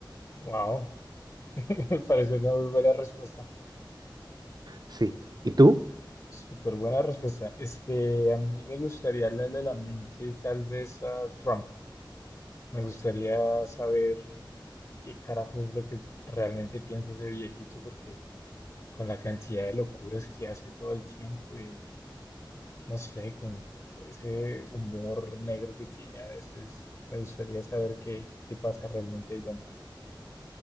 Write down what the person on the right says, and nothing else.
Sí. ¿Y tú?